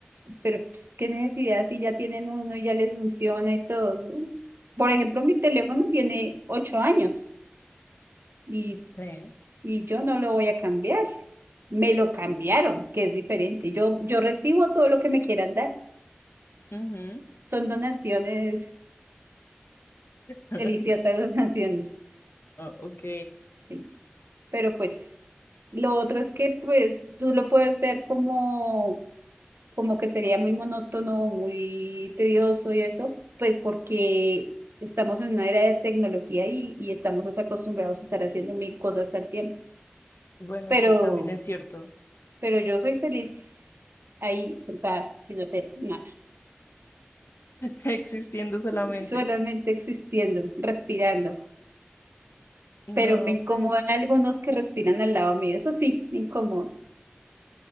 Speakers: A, on the right; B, on the left.
A: Pero pues, qué necesidad si ya tienen uno y ya les funciona y todo, ¿no? Por ejemplo, mi teléfono tiene ocho años y,
B: Sí.
A: y yo no lo voy a cambiar. Me lo cambiaron, que es diferente. Yo, yo recibo todo lo que me quieran dar.
B: Ujú.
A: Son donaciones,
B: <laughs>
A: deliciosas <laughs> donaciones.
B: Ok.
A: sí Pero pues lo otro es que pues tú lo puedes ver como, como que sería muy monótono, muy tedioso y eso, pues porque estamos en una era de tecnología y, y estamos pues, acostumbrados a estar haciendo mil cosas al tiempo.
B: Bueno,
A: Pero,
B: sí, también es cierto.
A: pero yo soy feliz ahí sentada sin hacer nada,
B: <laughs> Existiendo solamente.
A: solamente existiendo, respirando.
B: No,
A: Pero me incomoda
B: pues,
A: algunos que respiran al lado mío, eso sí, me incomoda.